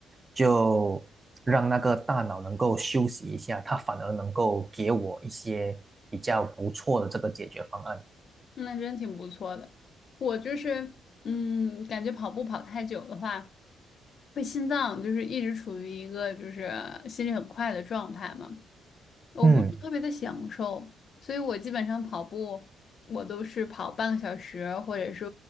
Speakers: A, on the right; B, on the left.
A: 就让那个大脑能够休息一下，它反而能够给我一些比较不错的这个解决方案。
B: 那真挺不错的。我就是，嗯，感觉跑步跑太久的话，会心脏就是一直处于一个就是心率很快的状态嘛。我不是特别的享受，
A: 嗯。
B: 所以我基本上跑步，我都是跑半个小时，或者是